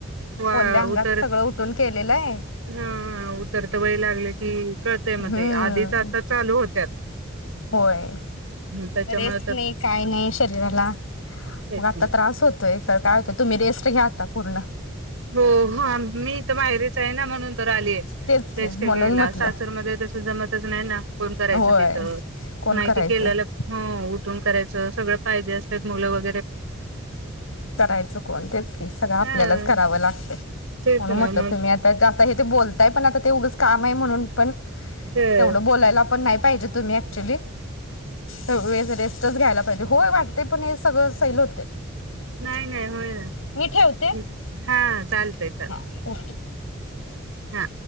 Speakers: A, on the right; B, on the left.
A: वा
B: ओल्या अंगात
A: उतर
B: सगळं उठून केलेलं आहे
A: ह उत सवयं लाग..... गेल की कळतेय मग
B: हम्म
A: ते आधीच आता चालू होत्यात.
B: होय
A: मग त्याच्यामुळे
B: रेस्ट
A: तर
B: नाही काय नाही शरीराला
A: काहीच
B: मग आता
A: नाही
B: त्रास होतोय काय होत तुम्ही रेस्ट घ्याता पूर्ण.....
A: हो हा मी तर माहेरीेच आहे ना म्हणून तर आलीय
B: तेच की
A: रेस्ट
B: म्हणून
A: घ्यायला
B: म्हटलं
A: सासरमध्ये तसं जमतच नाही ना.... कोण करायचं
B: होय
A: तिथं
B: कोण
A: नाहीती
B: करायचं
A: केलेलं हो उठून करायचं सगळं पाहिजे असत मुलं व.....
B: करायचं कोण तेच की सगळं आपल्यालाच
A: ह
B: करावं त् लागतंय
A: तेच
B: म्हणून
A: ना
B: म्हटलं
A: मग
B: तुम्ही आता हे बोलताय पण ते आता उगच काम..... नाही म्हणून पण....
A: ते.
B: तेवढं बोलायला पण नाही.... पाहिजे तुम्ही एकच्युली बेड रेस्ट च घ्यायला पाहिजे होय वाटतेय पण हे सगळं पहिलं होतय..
A: नाय नाय होय ना
B: ठेवते
A: हा चालतंय चालतं
B: हा ओके
A: हा